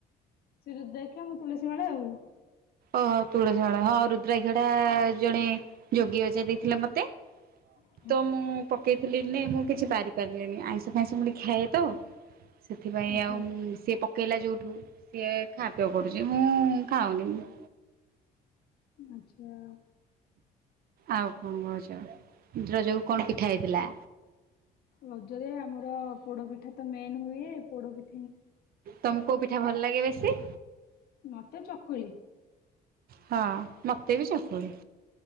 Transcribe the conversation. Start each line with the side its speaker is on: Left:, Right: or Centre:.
Left: ସେ ରୁଦ୍ରାକ୍ଷ ମୁଁ ତୁଲସୀ ମାଳା ଆଉ।
Right: ଓହୋ ତୁଳସି ମାଳା ହଁ ହଁ ରୁଦ୍ରାକ୍ଷ ଜଣେ ଯୋଗୀ ଅଜା ଦେଇଥିଲେ ମତେ।
Left: ହୁଁ <inaudible>
Right: ତ ମୁଁ ପକେଇଥିଲି ନି ମୁଁ କିଛି ବାରି ପାରିଲିନି ଆଇଁଷ ଫାଇଁଷ ମୁ ଟିକେ ଖାଏ ତ ସେଥିପାଇଁ
Left: ଆଚ୍ଛା
Right: ଆଉ ସେ ପ ପକେଇଲା ଯଉଠୁ ସିଏ ଖା ପିଅ କରୁଛି ମୁଁ ଖାଉନି ମୁଁ
Left: ଆଚ୍ଛା।
Right: ଆଉ କଣ କହୁଚ ରଜକୁ କଣ ପିଠା ହେଇଥିଲା।
Left: ରଜରେ ଆମର ପୋଡପିଠା ତ ମେନ ହୁଏ ପୋଡପି
Right: ତମକୁ କୋଉ ପିଠା ଭଲ ଲାଗେ ବେଶି।
Left: ମତେ ଚକୁଳି।
Right: ହଁ ମତେ ବି ଚକୁଳି।